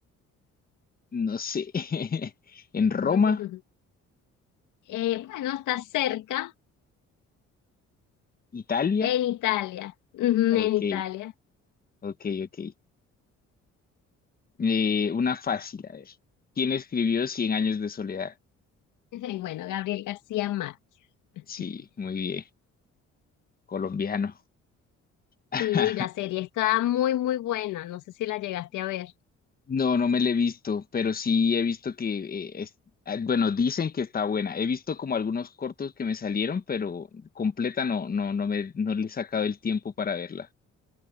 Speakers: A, on the left; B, on the left.
A: no sé. <laughs> En Roma,
B: <laughs> Eh, bueno, está cerca,
A: Italia.
B: en Italia. Ujú,
A: Ok,
B: en Italia.
A: ok, ok. Eh, una fácil, a ver. ¿Quién escribió Cien años de soledad?
B: <laughs> Bueno, Gabriel García Márquez. <laughs>
A: Sí, muy bien. Colombiano. <laughs>
B: Sí, la serie está muy, muy buena. No sé si la llegaste a ver.
A: No, no me la he visto, pero sí he visto que, eh, es- ah, bueno, dicen que está buena. He visto como algunos cortos que me salieron, pero completa no, no, no me, no le he sacado el tiempo para verla.